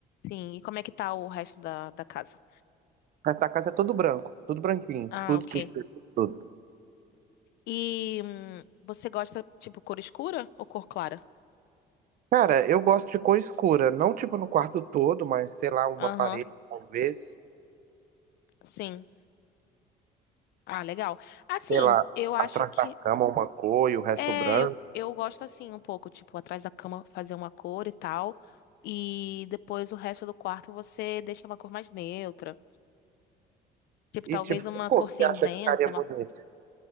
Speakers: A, on the left; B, on the right.
A: Sim, e como é que tá o resto da, da casa?
B: Essa casa é tudo branco, tudo branquinho,
A: Ah,
B: tudo,
A: ok.
B: tudo, tudo. tudo.
A: E hum, você gosta, tipo, cor escura ou cor clara?
B: Cara, eu gosto de cor escura, não, tipo, no quarto todo, mas, sei lá, uma
A: Aham,
B: parede, talvez,
A: sim. Ah, legal. Assim,
B: sei lá,
A: eu acho
B: atrás
A: que.
B: da cama uma cor e o resto
A: É,
B: branco.
A: eu, eu gosto assim um pouco, tipo, atrás da cama fazer uma cor e tal. E depois o resto do quarto você deixa uma cor mais neutra. Tipo,
B: E,
A: talvez
B: tipo,
A: uma
B: que cor
A: cor
B: que
A: cinzenta,
B: você acha que ficaria
A: uma
B: bonito?